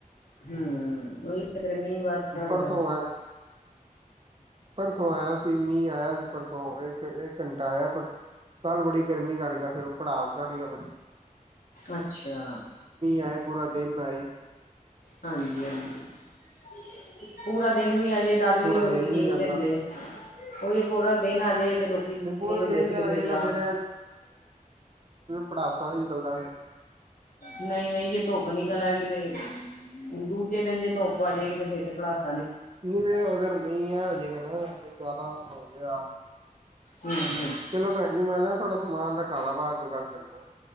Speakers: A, on the left; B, on the right.
A: ਹੂੰ, ਉਹੀ ਕਿਧਰ ਮੀਂਹ ਵਾਰਿਆ ਹੋਏਗਾ
B: ਪਰਸੋਂ
A: ਫਿਰ
B: ਐਂ, ਪਰਸੋਂ ਆਇਆ ਸੀ। ਮੀਂਹ ਆਇਆ ਸੀ ਪਰਸੋਂ, ਇੱਕ-ਇੱਕ ਘੰਟਾ ਆਇਆ ਪਰ, ਕੱਲ੍ਹ ਬੜੀ ਗਰਮੀ ਕਰ ਗਿਆ, ਫਿਰ ਉਹ ਭੜਾਸ ਕਢ ਗਿਆ ਬ
A: ਅੱਛਾ
B: ਆਏ ਪੂਰਾ ਦਿਨ ਨਹਾਏ।
A: ਹਾਂਜੀ-ਹਾਂਜੀ। ਪੂਰਾ ਦਿਨ ਵੀ ਆਜੇ ਤਦ ਵੀ
B: ਪੂਰਾ
A: ਨਹੀਂ, ਲੋਕੀ
B: ਦਿਨ
A: ਜੀਣ
B: ਵੀ ਨੀ
A: ਨਹੀਂ
B: ਆਂਦਾ।
A: ਦਿੰਦੇ, ਉ ਪੂਰਾ ਦਿਨ ਆਜੇ ਤੇ ਲੋਕੀ ਜੀਣ
B: ਪੂਰਾ
A: ਨਹੀਂ ਦਿੰਦੇ,
B: ਦਿਨ
A: ਅਸੀਂ
B: ਆ
A: ਕਿਤੇ
B: ਜਾਏਗਾ
A: ਜਾ
B: ਫੇਰ ਪੜਾਸਾਂ ਨ ਨਿਕਲਦਾ ਫ
A: ਨਹੀਂ-ਨਹੀਂ ਜੇ ਧੁੱਪ ਨਿਕਲ ਆਏਗੀ ਤੇ, ਦੂਜੇ ਦਿਨ ਜੇ ਧੁੱਪ ਆ ਜਾਏਗੀ ਤੇ ਫੇਰ ਭੜਾਸ
B: ਨਹੀਂ ਫੇਰ, ਅਗਰ ਨਹੀਂ ਆ ਆਜੇਗਾ ਨਾ ਜ਼ਿਆਦਾ ਆ
A: ਹਮ ਹਮ
B: ਚਲੋ ਭੈਣ ਜੀ, ਮੈਂ ਨਾ ਥੋੜਾ ਸਮਾਨ ਰੱਖਾ ਦਾ ਬਾਹਰ ਤੋਂ ਗੱਲ ਕਰਨਾ